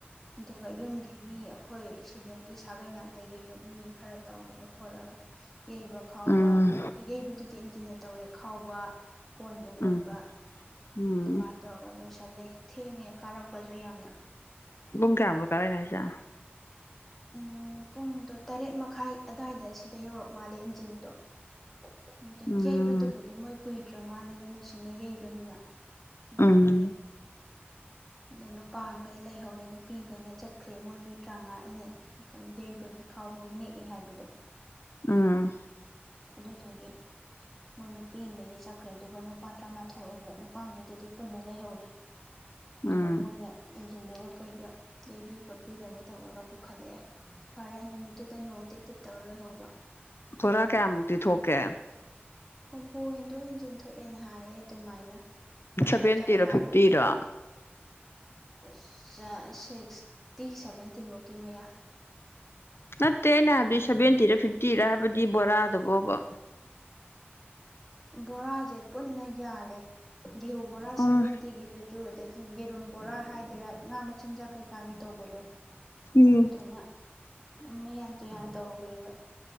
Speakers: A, in the centre; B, on the left.
A: ꯑꯗꯨꯒ ꯌꯨꯝꯒꯤ ꯃꯤ ꯑꯩꯈꯣꯏ ꯁꯤꯗꯒꯤ ꯁꯥꯒꯩ ꯅꯥ ꯑꯗꯒꯤ ꯃꯤ ꯈꯔ ꯇꯧꯔꯒ ꯈꯣꯠꯂꯒ ꯌꯩꯕ ꯈꯥꯎꯕ
B: ꯎꯝ
A: ꯌꯩꯕꯗꯨꯗꯤ ꯏꯟꯇꯔꯅꯦꯠ ꯇꯧꯔꯦ ꯈꯥꯎꯕ ꯀꯣꯟꯕ ꯈꯣꯠꯄ
B: ꯎꯝ ꯎꯝ
A: ꯑꯗꯨꯃꯥꯏꯅ ꯇꯧꯔꯒ ꯂꯣꯏꯁꯜꯂꯦ ꯊꯦꯡꯉꯦ ꯀꯥꯔꯛꯄꯁꯨ ꯌꯥꯝꯅ
B: ꯨꯝ ꯀꯦ ꯌꯥꯝꯔꯣ ꯀꯔꯦꯅꯁ
A: ꯎꯝ ꯄꯨꯡꯗꯣ ꯇꯔꯦꯠ ꯃꯈꯥꯏ ꯑꯋꯥꯏꯗ ꯁꯤꯗ ꯌꯧꯔꯛ ꯃꯥꯜꯂꯦ ꯏꯟꯖꯤꯟꯗꯣ ꯑꯗꯨꯗ
B: ꯎꯝ
A: ꯌꯩꯕꯗꯨꯕꯨꯗꯤ ꯃꯣꯏ ꯀꯨꯏꯗ꯭ꯔ ꯃꯥ ꯂꯩꯕ ꯃꯦꯆꯤꯟꯅ ꯌꯩꯕꯅꯤꯅ ꯑꯗꯨꯗꯒꯤ
B: ꯎꯝ
A: ꯑ ꯅꯨꯄꯥ ꯈꯩ ꯂꯩꯍꯧꯔꯦ ꯅꯨꯄꯤꯈꯩꯅ ꯆꯠꯈ꯭ꯔꯦ ꯃꯣꯏ ꯃꯤ ꯇꯔꯥꯃꯉꯥ ꯑꯩꯅ ꯜ ꯌꯩꯕꯒꯤ ꯈꯥꯎꯕꯒꯤ ꯅꯦꯛ ꯑꯦ ꯍꯥꯏꯕꯗꯣ
B: ꯎꯝ
A: ꯑꯗꯨ ꯇꯔꯒꯒꯤ ꯃꯣꯏ ꯅꯨꯄꯤꯈꯩꯗꯤ ꯆꯠꯈ꯭ꯔꯦ ꯑꯗꯨꯒ ꯅꯨꯄꯥ ꯇꯔꯥꯃꯥꯊꯣꯏ ꯑꯣꯏꯕ ꯅꯨꯄꯥꯈꯩꯗꯨꯗꯤ ꯄꯨꯟꯅ ꯂꯩꯍꯧꯔꯤꯦ ꯑꯗꯨꯒ
B: ꯎꯝ
A: ꯃꯣꯏꯅ ꯇꯤꯟꯗꯨꯒ ꯀꯩꯒ ꯌꯩꯕꯤ ꯈꯣꯠꯄꯤꯗꯅ ꯇꯧꯔꯒ ꯄꯨꯈꯠꯂꯛꯑꯦ ꯐꯔꯦ ꯅꯨꯃꯤꯠꯇꯨꯗ ꯅꯣꯡꯗꯤ ꯇꯤꯠ ꯇꯧꯔ ꯂꯣꯏꯍꯧꯕ
B: ꯊꯣꯛꯔ ꯀꯌꯥꯃꯨꯛꯗꯤ ꯊꯣꯛꯀꯦ
A: ꯍꯨꯝꯐꯨ ꯍꯦꯟꯤꯟꯗꯣ ꯍꯦꯟꯖꯤꯤꯟꯗꯨ ꯊꯣꯛꯑꯦꯅ ꯍꯥꯏꯌꯦ ꯑꯗꯨꯃꯥꯏꯅ
B: ꯁꯚꯦꯟꯇꯤꯔꯣ
A: ꯆꯞ ꯆꯥꯕꯤ
B: ꯐꯤꯐꯇꯤꯔꯣ
A: ꯆꯁ ꯁꯤꯛꯁꯇꯤ ꯁꯚꯦꯟꯇꯤꯃꯨꯛꯀꯤ ꯃꯌꯥ
B: ꯅꯠꯇꯦ ꯑꯩꯅ ꯍꯥꯏꯕꯗꯤ ꯁꯚꯦꯟꯇꯤꯔ ꯐꯤꯐꯇꯤꯔ ꯍꯥꯏꯕꯗꯤ ꯕꯣꯔꯥꯗꯕꯣꯕ
A: ꯕꯣꯔꯥꯁꯦ ꯄꯨꯟꯅ ꯌꯥꯜꯂꯦ <inaudible> ꯒꯤꯍꯧ ꯕꯣꯔꯥ
B: ꯎꯝ
A: ꯁꯚꯦꯟꯇꯤꯒꯤꯗꯨꯁꯨ ꯑꯗꯒꯤ ꯌꯦꯔꯨꯝ ꯕꯣꯔꯥ ꯍꯥꯏꯗꯦꯔ ꯉꯥ ꯃꯆꯤꯟꯖꯥꯛ ꯀꯩꯀꯥꯒꯤ ꯇꯧꯕꯗꯣ
B: ꯎꯝ
A: ꯑꯗꯨꯗꯨꯅ ꯃꯌꯥꯟ ꯇꯨꯌꯥꯟ ꯇꯧꯈ꯭ꯔꯦꯕ